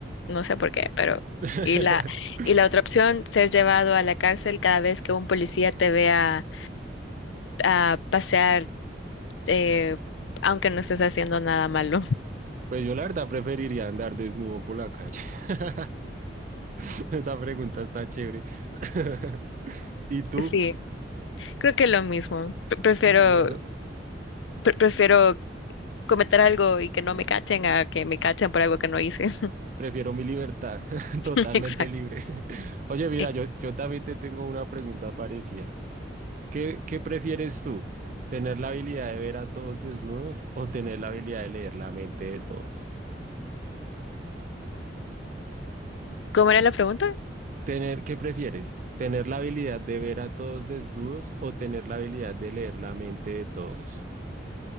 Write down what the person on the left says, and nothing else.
no sé por qué, pero
y la y la otra opción, ser llevado a la cárcel cada vez que un policía te vea a pasear, eh, aunque no estés haciendo nada malo. <laughs>
Sí, creo que lo mismo. Pre- Prefiero
pre- prefiero cometer algo y que no me cachen a que me cachen por algo que no hice.
<laughs> Exacto.
Eh,
¿Cómo era la pregunta?